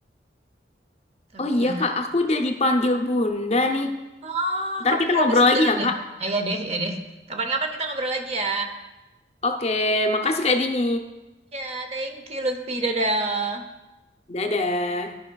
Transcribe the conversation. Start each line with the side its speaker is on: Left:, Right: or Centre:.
Right: tapi
Left: Oh iya
Right: ya
Left: Kak, aku udah dipanggil Bunda nih.
Right: oh
Left: Ntar
Right: kamu
Left: kita
Right: udah
Left: ngobrol
Right: masuk
Left: lagi
Right: jalan
Left: ya
Right: ya
Left: Kak.
Right: ayo deh ya deh kapan-kapan kita ngobrol lagi ya
Left: Oke, makasih Kak Dini.
Right: ya thank you Lutfi dadah
Left: Dadah.